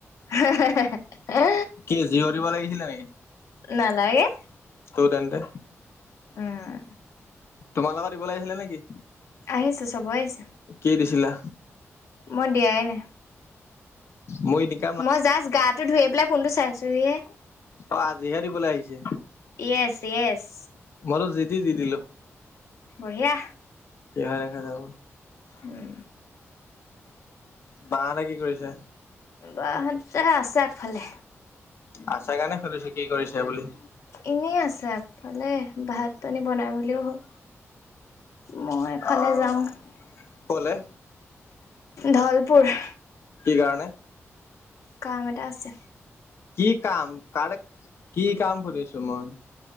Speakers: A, on the left (about 80°); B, on the left (about 55°).
A: হে, হে, হে।
B: কি জিৰ' দিব লাগিছিলে নেকি?
A: নালাগে।
B: ত' তেন্তে?
A: উম।
B: তোমালোকৰ দিবলৈ আহিছিলে নেকি?
A: আহিছে, চবয় আহিছে।
B: কি দিছিলা?
A: মই দিয়াই নাই।
B: মই <inaudible>
A: মই যাষ্ট গাটো ধুই আহি পেলাই, ফোনটো চাইছোহি হে।
B: অ', আজিহে দিবলে আহিছে।
A: Yes, yes.
B: মইটো জিতি দি দিলো।
A: বঢ়িয়া।
B: কি হয় দেখা যাব।
A: উম।
B: বা হঁতে কি কৰিছে?
A: বা হঁতে আছে আগফালে।
B: আছে কাৰণে সুধিছো, কি কৰিছে বুলি।
A: এনেই আছে আগফালে, ভাত পানী বনাই মেলও হ'ল। মই এফালে
B: অ'
A: যাওঁ,
B: ক'লে
A: ঢলপুৰ।
B: কি কাৰণে?
A: কাম এটা আছে।
B: কি কাম, কাৰেক কি কাম সুধিছো মই।